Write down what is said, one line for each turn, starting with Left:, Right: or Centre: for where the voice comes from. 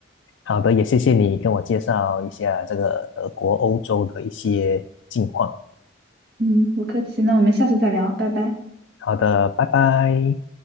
Left: 好的，也谢谢你跟我介绍一下这个德国、欧洲的一些近况。
Right: 嗯，不客气，那我们下次再聊，拜拜。
Left: 好的，拜拜。